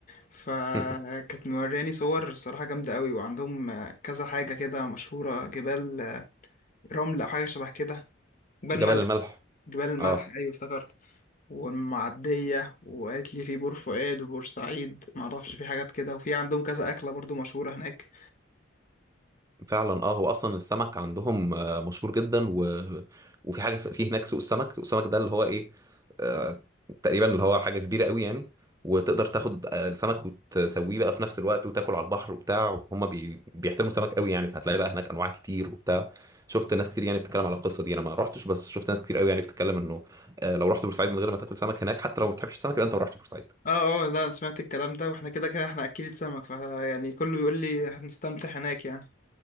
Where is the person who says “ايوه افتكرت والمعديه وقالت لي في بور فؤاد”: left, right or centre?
Left